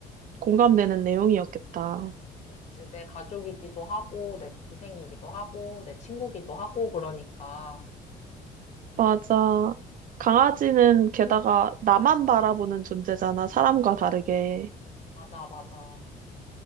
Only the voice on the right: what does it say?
공감되는 내용이었겠다.
맞아. 강아지는
게다가
나만 바라보는 존재잖아, 사람과 다르게.